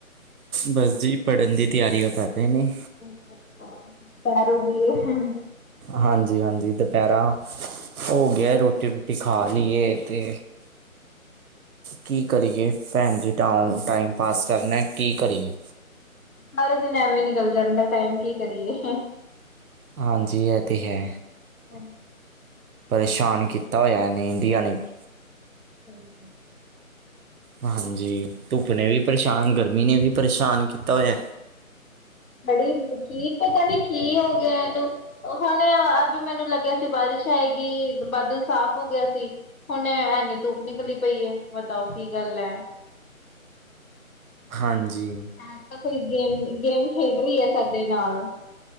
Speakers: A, on the right; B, on the left.
A: ਬਸ ਜੀ, ਪੜ੍ਹਨ ਦੀ ਤਿਆਰੀਆਂ ਕਰ ਰਹੇ ਨੇ
B: ਅੱਛਾ-ਅੱਛਾ, ਪੜ ਰਿਹ।
A: ਹਾਂਜੀ-ਹਾਂਜੀ, ਦੁਪਹਿਰਾ ਹੋ ਗਿਆ, ਰੋਟੀ-ਰੂਟੀ ਖਾ ਲਈਏ ਤੇ ਕੀ ਕਰੀਏ ਭੈਣ ਜੀ, ਟਾ-ਟਾਈਮ ਪਾਸ ਕਰਨਾ ਕੀ ਕਰੀਏ।
B: ਸਾਰੇ ਦਿਨ ਐਵੇਂ ਨਿਕਲ ਜਾਂਦਾ ਟਾਈਮ, ਕੀ ਕਰੀਏ।
A: ਹਾਂਜੀ, ਇਹ ਤੇ ਹੈ।
B: ਹਨ।
A: ਪਰੇਸ਼ਾਨ ਕੀਤਾ ਹੋਇਆ, ਇਨੇ ਇੰਡੀਆ ਨੇ ਵੀ
B: ਸਹੀ
A: ਹਾਂਜੀ, ਧੁੱਪ ਨੇ ਵੀ ਪਰੇਸ਼ਾਨ, ਗਰਮੀ ਨੇ ਵੀ ਪਰੇਸ਼ਾਨ
B: ਗੱਲ।
A: ਕੀਤਾ ਹੋਇਆ।
B: ਬੜੀ ਕੀ ਪਤਾ ਨੀ, ਕੀ ਹੋ ਗਿਆ ਇਹਨੂੰ ਹੁਣ ਅਭੀ ਮੈਨੂੰ ਲੱਗਿਆ ਸੀ ਬਾਰਿਸ਼ ਆਏਗੀ, ਬਾਦਲ ਸਾਫ਼ ਹੋ ਗਿਆ ਸੀ। ਹੁਣ ਐਨੀ ਧੁੱਪ ਨਿਕਲੀ ਪਈ ਏ, ਬਤਾਓ ਕੀ ਗੱਲ ਐ?
A: ਹਾਂਜੀ।
B: ਐਹ ਤਾ ਕੋਈ ਗੇਮ- ਗੇਮ ਖੇਡ ਰਹੀ ਏ ਸਾਡੇ ਨਾਲ।